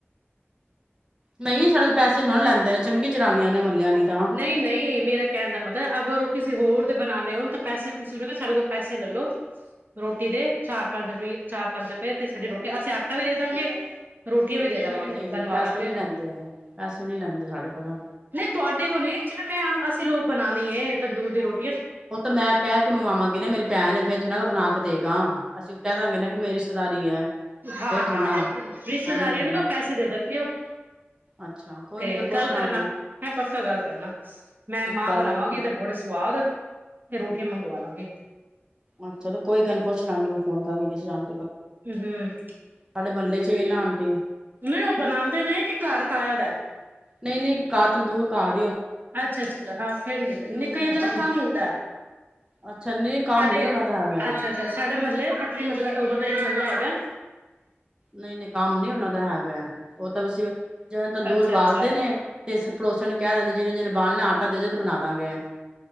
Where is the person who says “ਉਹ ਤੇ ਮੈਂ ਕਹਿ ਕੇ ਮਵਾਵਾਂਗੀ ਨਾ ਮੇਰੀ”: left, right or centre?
Right